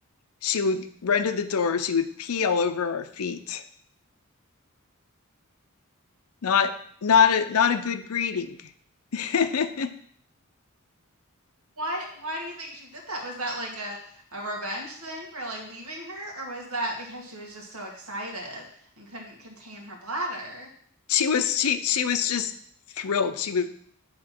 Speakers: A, on the left; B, on the right.
A: she would run to the door, she would pee all over our feet. Not not a not a good greeting. <laughs>
B: <laughs> Why why do you think she did that? Was that like a a revenge thing for like leaving her, or was that because she was just so excited and couldn't contain her bladder?
A: she was she she was just thrilled. She was,